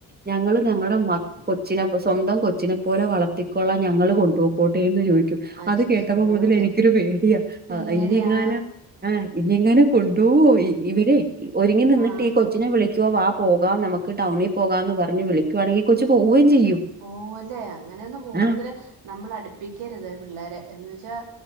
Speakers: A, on the right; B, on the right.
A: ഞങ്ങള് ഞങ്ങടെ മക്ക് കൊച്ചിനെ സ്വന്തം കൊച്ചിനെ പോലെ വളർത്തിക്കൊള്ളാ ഞങ്ങള് കൊണ്ടൊക്കോട്ടെ എന്ന് ചോയ് ക്കും
B: അയ്യയ്യോ
A: അത് കേട്ടപ്പോ മുതല്
B: അത്
A: എനിക്കൊരു പേടിയാ
B: പേടിയാ
A: ഇനി എങ്ങാനും ആഹ് ഇനി എങ്ങാനും കൊണ്ടോവൊ ഇവര് ഒരുങ്ങി നിന്നിട്ട്
B: ആ
A: ഈ കൊ കൊച്ചിനെ വിളിക്കുവൊ വാ പോവാം നമുക്ക് ടൗണിൽ പോകാം എന്ന് പറഞ്ഞ് വിളിക്കുവാണെങ്കി കൊച്ച് പോവേം ചെയ്യും
B: പോവല്ലേ അങ്ങനെയൊന്നും കൂടുതല്
A: ആഹ്
B: നമ്മള് അടുപ്പിക്കരുത് പിള്ളേരെ എന്ന് വെച്ചാ